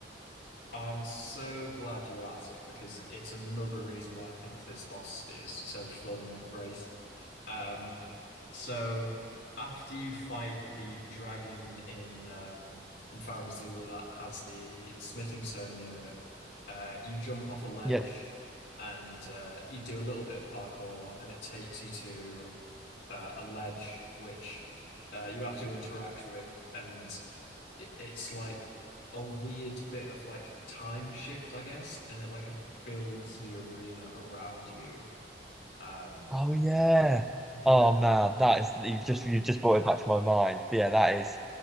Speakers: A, on the left (about 85°); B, in the centre.
A: I'm so glad you asked because it's another reason why I think this boss is so fun and great. Um, so after you fight the dragon in um in Farum Azula that has the smithing stone near it, uh, you jump off a ledge
B: yet
A: and uh, you do a little bit of parkour and it takes you to uh, a ledge which uh, you have to interact with, and it, it's like a weird bit of like time shift, I guess, and it like builds the arena around you. Um,
B: oh yeah
A: yeah,
B: oh man that is you've just you've just brought it back to my mind yeah that is